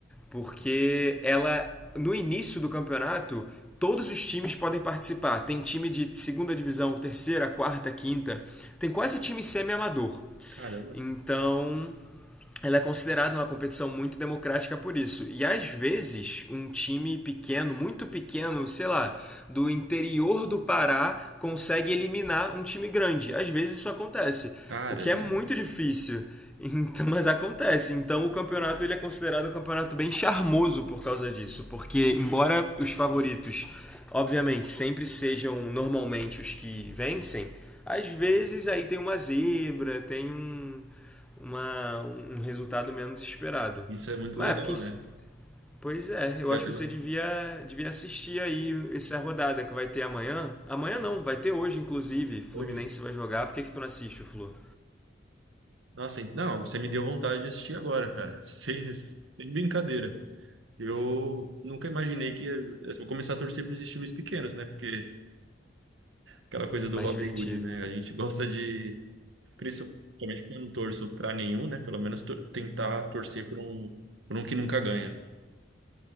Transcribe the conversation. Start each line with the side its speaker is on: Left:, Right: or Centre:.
Centre: Porque ela, no início do campeonato, todos os times podem participar. Tem time de segunda divisão, terceira, quarta, quinta. Tem quase time semi-amador.
Right: Caramba.
Centre: Então, ela é considerada uma competição muito democrática por isso. E às vezes, um time pequeno, muito pequeno, sei lá, do interior do Pará, consegue eliminar um time grande. Às vezes isso acontece,
Right: cara.
Centre: o que é muito difícil. <laughs> Então, mas acontece. Então o campeonato ele é considerado um campeonato bem charmoso por causa disso, porque embora os favoritos, obviamente, sempre sejam normalmente os que vencem, às vezes aí tem uma zebra, tem um uma, um resultado menos esperado.
Right: Isso é muito
Centre: Mas
Right: legal,
Centre: é, porque,
Right: né?
Centre: pois é, eu
Right: Eu-
Centre: acho
Right: eu-
Centre: que você devia, devia assistir aí essa rodada que vai ter amanhã. Amanhã
Right: cara,
Centre: não, vai ter hoje, inclusive. Fluminense
Right: Hoje.
Centre: vai jogar. Por que, que tu não assiste o Flu?
Right: Nossa, não, você me deu vontade de assistir agora, cara. <laughs> Sem, sem brincadeira. Eu nunca imaginei que eu vou começar a torcer para esses times pequenos, né? Porque aquela coisa do
Centre: Mais
Right: Robin
Centre: divertido.
Right: Hood, né? A gente <laughs> gosta de, principalmente porque eu não torço para nenhum, né? Pelo menos tor- tentar torcer por um, por um que nunca ganha.